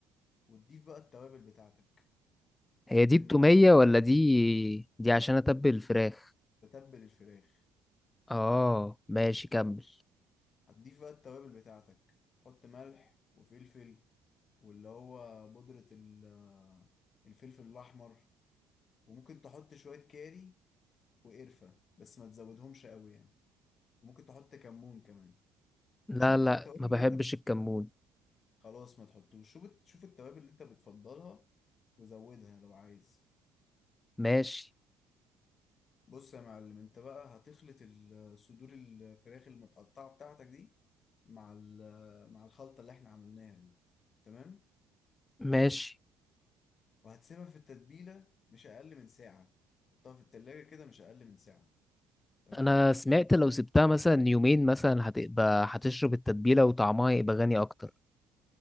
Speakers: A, on the left; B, on the left.
A: وتضيف بقى التوابل بتاعتك
B: هي
A: ممكن
B: دي التومية
A: تحط
B: ولا دي دي عشان اتبل الفراخ
A: تتبل الفراخ
B: اه ماشي كمل
A: هتضيف بقى التوابل بتاعتك تحط ملح وفلفل واللي هو بودرة ال- آه، الفلفل الأحمر وممكن تحط شوية كاري وقرفة بس ما تزودهمش قوي يعني وممكن تحط كمون كمان وشوف
B: لا لا
A: بقى التوابل
B: ما بحبش
A: اللي انت بت...
B: الكمون
A: خلاص ما تحطوش شوف شوف التوابل اللي انت بتفضلها وزودها لو عايز
B: ماشي
A: بص يا معلم انت بقى هتخلط ال- صدور الفراخ المتقطعة بتاعتك دي مع ال- مع الخلطة اللي احنا عملناها دي تمام
B: ماشي
A: وهتسيبها في التتبيلة مش أقل من ساعة حطها في التلاجة كده مش أقل من ساعة تمام
B: انا سمعت لو سبتها مثلا يومين مثلا هتبقى هتشرب التتبيلة وطعمها يبقى غني اكتر